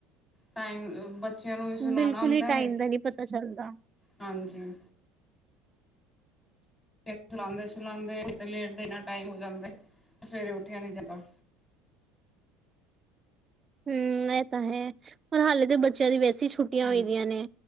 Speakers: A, on the left (about 20°); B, on the right (about 30°).
A: ਟਾਇਮ ਬਚ ਚੇਆਂ ਨੂੰ ਵੀ ਸੁਲਾਣਾ
B: ਬਿਲਕੁਲ
A: ਹੁੰਦਾ
B: ਹੀ ਟਾਈਮ
A: ਏ,
B: ਦਾ ਨੀ ਪਤਾ ਚੱਲਦਾ
A: ਹਾਂਜੀ। ਸੁਲਾਂਦੇ ਸੁਲਾਂਦੇ, ਲੇਟਦੇ ਏਨਾ ਟਾਈਮ ਹੋ ਜਾਂਦਾ ਏ, ਸਵੇਰੇ ਉੱਠਿਆ ਨੀ ਜਾਂਦਾ।
B: ਹੂੰ, ਐ ਤਾਂ ਹੈ, ਹੁਨ ਹਾਲੇ ਤਾਂ ਬੱਚੇਆਂ ਦੀ ਵੈਸੇ ਸੀ ਛੁੱਟੀਆਂ
A: ਹਾਂਜੀ
B: ਹੋਈ ਦੀਆਂ ਨੇ,